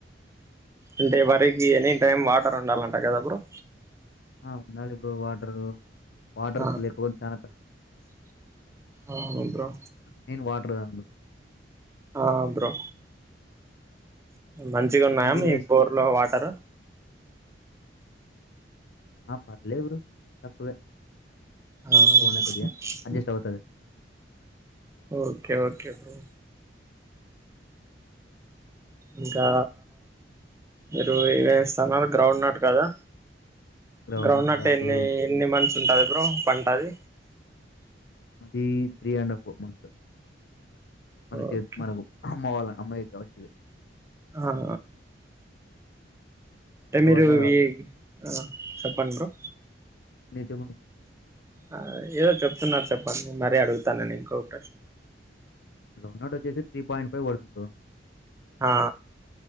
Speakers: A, on the right; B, on the left.
A: అంటే వరికి ఎనీ టైమ్ వాటర్ ఉండాల అంట కదా బ్రో
B: ఆ ఉండాలి ఇ బ్రో వాటరు వాటర్
A: ఆ
B: లేకపోడం చాలా కష్టం
A: ఆ అవున్ బ్రో
B: మెయిన్ వాటర్ తాగను.
A: ఆ బ్రో మంచిగా
B: ఏమంటే
A: ఉన్నాయా
B: ట్వంటీ
A: మీక్
B: డేస్
A: బోర్లో వాటరు
B: ఆ పర్ లేవుడు తక్కువే
A: ఆ
B: ఫోనే కొద్దిగా
A: స్
B: అడ్జస్ట్ అవుతుంది
A: ఓకే ఓకే బ్రో ఇంకా మీరు ఏవే స్థానాలు గ్రౌండ్ నాట్ కదా
B: గ్రౌండ్నట్
A: గ్రౌండ్ అట్టటు
B: కాదు
A: ఎన్ని ఎన్ని మంచి ఉంటుది బ్రో పంటది
B: అది త్రీ అండ్ హఫ్ మంత్స్ మన చే
A: ఓకే
B: మనకు అమ్మవాల అమ్మాయి క వచ్చు ఏ
A: ఆహ ఎ
B: తర్వాత
A: మీరు వి ఆ చెప్పండి బ్రో
B: నిజమగు
A: అ ఏదో చెప్తు ఉన్నారు చెప్పండి అదే అడుగుతానని ఇంకో ఒక్క
B: రోమ్ నాట్ వచ్చేసి త్రీ పాయింట్ ఫైవ్ పడుతు ఉంద్
A: ఆ